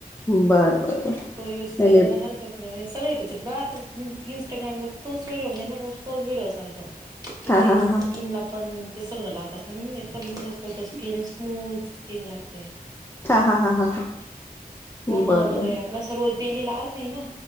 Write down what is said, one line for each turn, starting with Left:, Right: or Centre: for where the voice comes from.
Left: बरं बरं बर
Right: तो युज
Left: नाही
Right: करायला
Left: मी
Right: हार त्यात नवे सगळेयं त्याच्यात पहा तर <inaudible> इंस्टाग्रामवर तोच व्हिडिओ म्हणजे तो व्हिडिओ चालतो कि
Left: हा
Right: ते
Left: हा हा
Right: स्किन
Left: हा
Right: ला पण ते सगळं लावतात म्हणून <unintelligible> इतका ग्लो करतो स्किन स्मूथ कीन लागते
Left: हां हां हां हां हा
Right: टोनर
Left: बरं
Right: वगैरे
Left: बरं
Right: आपण सर्व डेली लावत नाही ना!